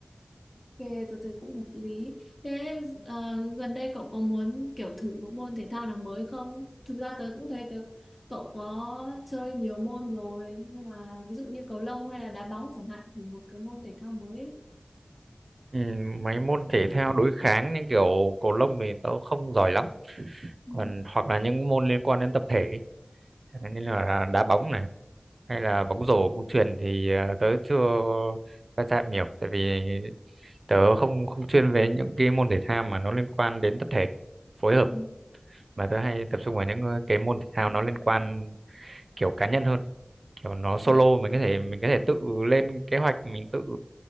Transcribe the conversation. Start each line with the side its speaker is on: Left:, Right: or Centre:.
Left: Ok, tôi thấy cũng hợp lý. Thế ờ, gần đây cậu có muốn kiểu thử một môn thể thao nào mới không? Thực ra tớ cũng thấy tớ, cậu có chơi nhiều môn rồi, nhưng mà ví dụ như cầu lông hay là đá bóng chẳng hạn, thử một cái môn thể thao mới.
Right: Ừm, mấy môn thể thao đối kháng như kiểu cầu lông thì tớ không giỏi lắm
Left: Ừ,
Right: còn hoặc là những môn liên quan đến tập thể ấy, chẳng hạn như là đá bóng này hay là bóng rổ bóng chuyền thì ờ, tớ chưa va chạm nhiều tại vì tớ không không chuyên về những cái môn thể thao mà nó liên quan đến tập thể phối hợp
Left: ừ,
Right: mà tớ hay tập trung vào những ờ, cái môn thể thao nó liên quan kiểu cá nhân hơn kiểu nó solo
Left: ừ,
Right: mình có thể mình có thể tự lên kế hoạch mình tự